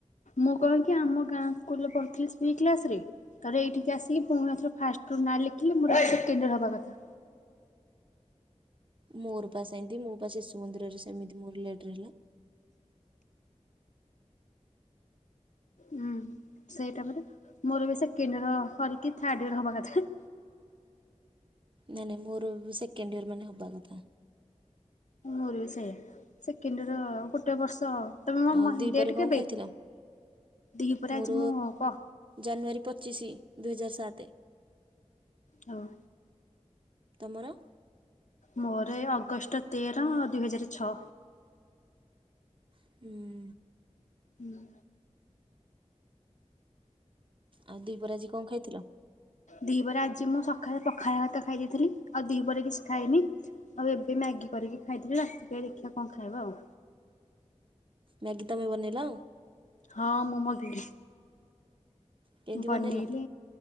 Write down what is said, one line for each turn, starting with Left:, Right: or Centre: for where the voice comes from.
Left: ମୁଁ କଣକି ଆମ ଗାଁ ସ୍କୁଲରେ ପଢିଥିଲି ଥ୍ରୀ କ୍ଲାସରେ, ତାପରେ ଏଇଠିକି ଆସିକି ପୁଣିଥରେ ଫାଷ୍ଟ ନାଁ ଲେଖିଲେ ମୋର ସେକେଣ୍ଡ ଇଅର ହବା କଥା।
Right: ମୋର ପା ସେମିତି ମୋ ପା ଶିଶୁ ମନ୍ଦିରରେ ସେମିତି ମୋର ଲେଟରେ ହେଲା।
Left: ହୁଁ ସେଇଟା ପରା, ମୋର ବି ସେକେଣ୍ଡ ଇଅର ସରିକି ଥାର୍ଡ ଇଅର ହବା କଥା।
Right: ନାଇଁ ନାଇଁ, ମୋର ଏବେ ସେକେଣ୍ଡ ଇୟର୍ ମାନେ ହବା କଥା।
Left: ମୋର ବି ସେଇଆ, ସେକେଣ୍ଡ ଇଅର ଗୋଟେ ବର୍ଷ ତମେ <unintelligible>
Right: ଆଉ ଦ୍ୱିପହରେ
Left: ଡେଟ
Right: କଣ
Left: କେବେ?
Right: ଖାଇଥିଲ
Left: ଦିପହରେ
Right: ମୋର
Left: ଆଜି ମୁଁ, କ?
Right: ଜାନୁଆରୀ ପଚିଶି ଦୁଇହଜାର ସାତେ।
Left: ହଁ।
Right: ତମର?
Left: ମୋର ଏଇ ଅଗଷ୍ଟ ତେର ଦୁଇ ହଜାର ଛଅ।
Right: ହୁଁ
Left: ହୁଁ
Right: ଆଉ ଦିପହରେ ଆଜି କଣ ଖାଇଥିଲ?
Left: ଦିପହରେ ଆଜି ମୁଁ ସକାଳେ ପଖାଳ ଭାତ ଖାଇ ଦେଇଥିଲି, ଆଉ ଦି ପହରେ କିଛି ଖାଇନି। ଆଉ ଏବେ ମ୍ୟାଗି କରିକି ଖାଇଥିଲୁ, ରାତିକି ଦେଖିଆ କଣ ଖାଇବା ଆଉ।
Right: ମ୍ୟାଗି ତମେ ବନେଇଲ?
Left: ହଁ ମୁଁ ମଗେଇଲି।
Right: କେମିତି
Left: ବନେଇଲି।
Right: ବନେଇଲ